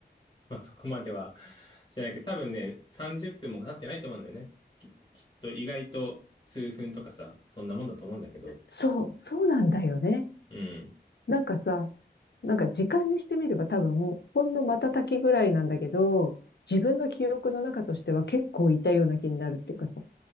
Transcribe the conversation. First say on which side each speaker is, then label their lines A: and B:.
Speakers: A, on the left (about 30°); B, on the left (about 80°).
A: まあ <laughs> そこまではしてないけど、多分ね、30分も経ってないと思うんだよね。き、きっと意外と数分とかさ、そんなもんだと思うんだけど。
B: そう、そうなんだよね。
A: うん。
B: なんかさ、なんか時間にしてみれば多分、ほんの瞬きぐらいなんだけど、自分の記憶の中としては結構いたような気になるっていうかさ、